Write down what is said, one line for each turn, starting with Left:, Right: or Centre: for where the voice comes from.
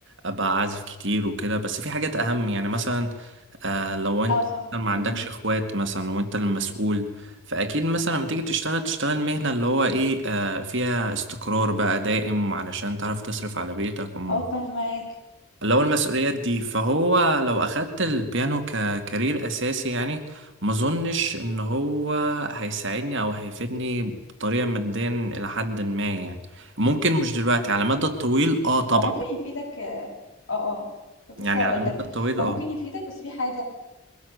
Right: ابقى عازف كتير وكده بس في حاجات اهم يعني مثلا آه لو انت
Left: اه صح
Right: ما عندكش
Left: امم
Right: اخوات مثلا وانت المسؤول فاكيد مثلا لما تيجي تشتغل تشتغل مهنة اللي هو ايه فيها استقرار بقى دائم علشان تعرف تصرف على بيتك وم-
Left: اه فهماك
Right: اللي هو المسؤوليات دي فهو لو أخدت البيانو ككارير أساسي يعني ما اظنش ان هو هيساعدني او هيفيدني بطريقة ماديا الى حد ما يعني ممكن مش دلوقتي على المدى الطويل اه طبعا
Left: هو ممكن يفيدك اه اه كنت
Right: يعني
Left: لسه هقول
Right: على المدى
Left: لك
Right: الطويل
Left: هو
Right: اه
Left: ممكن يفيدك بس في حاجة